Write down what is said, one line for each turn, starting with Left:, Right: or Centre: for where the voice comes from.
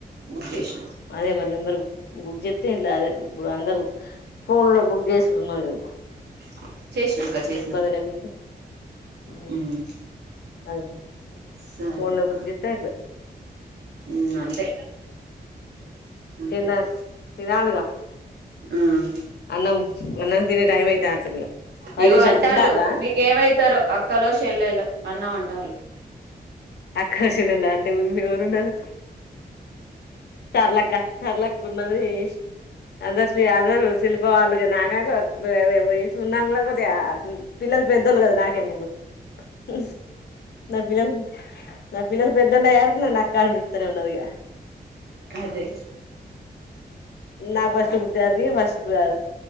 Right: బుక్ చేష్
Left: అదే మరి నెంబర్ బుక్ చేస్తే ఇట్లా అదే ఇప్పుడు అందరు ఫోన్ లో బుక్ చేసిడు ఉన్నదిగా ఇప్పుడు
Right: అ చేసినాక్క చేసిన
Left: ఇబ్బంది లేకుండా ఉమ్,
Right: హ్మ్
Left: అదే
Right: సరే
Left: ఫోన్
Right: అక్క
Left: లో బుక్ చేస్తే అయిపోతది
Right: హ్మ్ అంతే అంతే
Left: తిన్న తినాలిగా
Right: హ్మ్
Left: అన్నం అన్నం తినే టైం అయితాంటుంది ఇగ పది
Right: ఇగో
Left: నిమిషాలు
Right: అంటాలు
Left: తింటారా
Right: మీకేమయతారో అక్కలో చెల్లెలో అన్నామం టల్
Left: ఆకర్షణలు అంటే ఎవరున్నారు సర్లక్క సర్లక్క ఉన్నది అందరు అందరు శిల్పవాళ్ళు గినా <unintelligible> వయసు ఉన్నా కూడా కొందిగా పిల్లలు పెద్దోళ్ళు కదా నాకే ముందు <unintelligible> నా పిల్లలు పెద్ద పున యారు నా కమి ప్తనే ఉన్నదిగా
Right: అదే
Left: నాకు ఫస్ట్ బుత్తరికి ఫస్ట్ ప